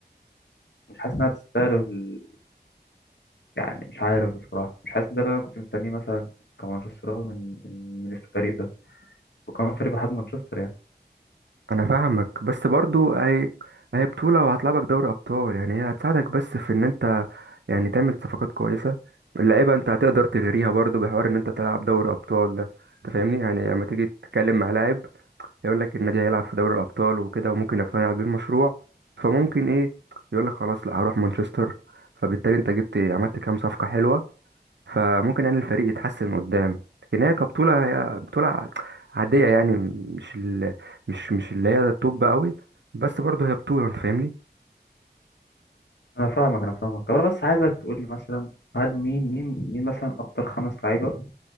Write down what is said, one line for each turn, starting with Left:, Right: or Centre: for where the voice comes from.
Left: مش حاسس انها تستاهل ال- يعني مش عارف بصراحه مش حاسس ده اللي انا كنت مستنيه مثلا كمانشستراوي من من الفريق ده وكمان فريق بحجم مانشستر يعني
Right: انا فاهمك بس برضو اهي اهي بطولة وهتلعبك دوري ابطال يعني هي هتساعدك بس في ان انت يعني تعمل صفقات كويسة اللعيبة انت هتقدر تغريها برضو بحوار ان انت تلعب دوري ابطال ده انت فاهمني يعني لما تيجي تتكلم مع لاعب هيقول لك النادي هيلعب في دوري الابطال وكده وممكن يقتنع بالمشروع فممكن ايه يقول لك خلاص لا هروح مانشستر فبالتالي انت جبت عملت كام صفقة حلوة فممكن يعني الفريق يتحسن قدام لكن هي كبطولة هي بطولة عادية يعني مش ال... مش مش اللي هي توب قوي بس برضه هي بطولة انت فاهمني
Left: انا فاهمك انا فاهمك طب انا بس عايزك تقول لي مثلا هل مين مين مين مثلا اكتر خمس لعيبه